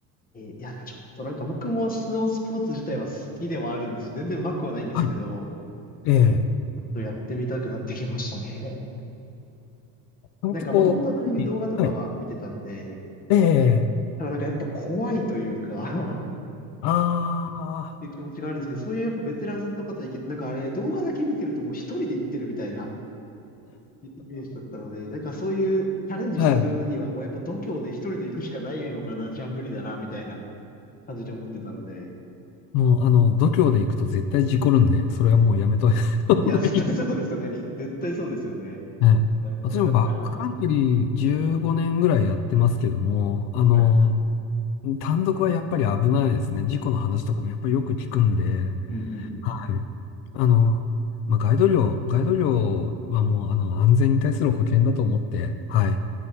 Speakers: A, on the left; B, on the left.
A: えーいや、ちょっとなんか僕もスノースポーツ自体は好きではあるんです。全然うまくはないんですけど、
B: はい。ええ。
A: ちょっとやってみたくなってきましたね。<laughs>
B: なんてこう、
A: なんかもともとああいう動画とかは見てたんで、
B: はい。ええ
A: ただなんかやっぱ怖いというか
B: ああ
A: <laughs> っていう気持ちがあるんですけど、そういうやっぱベテランさんとかと行けて、なんかあれ動画だけ見てるともう一人で行ってるみたいなイメージだったので、なんかそういうチャレンジするにはもうやっぱ度胸で一人で行くしかないのかな、
B: はい。
A: じゃあ無理だな、みたいな感じで思ってたので。
B: もう、あの、度胸で行くと絶対事故るんで、それはもうやめといた方がいい。
A: いや、絶対そうですよね。絶対そうですよね。
B: <laughs> はい。
A: なるほど、
B: 私もバックカントリー15年ぐらいやってますけども、
A: なるほどじゃあ、
B: あの、
A: はい。
B: 単独はやっぱり危ないですね。事故の話とかもやっぱりよく聞くんで、
A: うんうんうんうん。
B: はい。あの、まあ、ガイド料、ガイド料はもう、あの、安全に対する保険だと思って、はい、